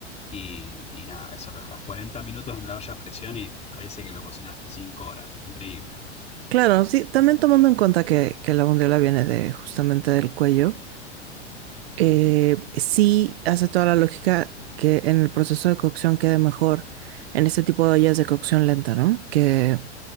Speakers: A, on the left; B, on the right.
A: Y, y nada, eso lo dejas 40 minutos en la olla a presión y parece que lo cocinaste cinco horas. Increíble está.
B: Claro, sí, también tomando en cuenta que, que la bondiola viene de justamente del cuello. eh, sí hace toda la lógica que en el proceso de cocción quede mejor en este tipo de ollas de cocción lenta, ¿no? Que,